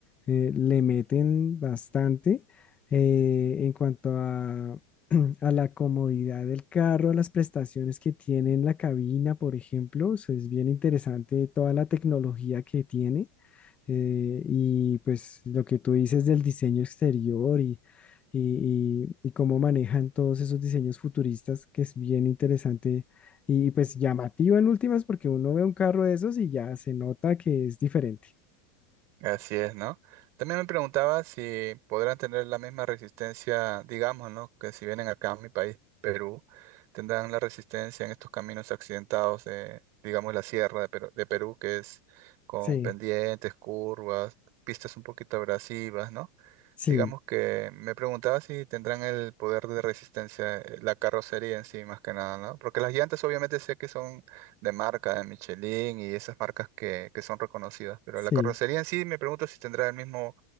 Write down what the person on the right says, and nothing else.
Así es, ¿no? También me preguntaba si podrán tener la misma resistencia, digamos, ¿no? Que si vienen acá a mi país, Perú, tendrán la resistencia en estos caminos accidentados de, digamos, la sierra de Perú, de Perú, que es con
pendientes, curvas, pistas un poquito abrasivas, ¿no?
Digamos que me preguntaba si tendrán el poder de resistencia, eh, la carrocería en sí, más que nada, ¿no? Porque las llantas obviamente sé que son de marca, de Michelin y esas marcas que, que son reconocidas. Pero
la carrocería en sí me pregunto si tendrá el mismo,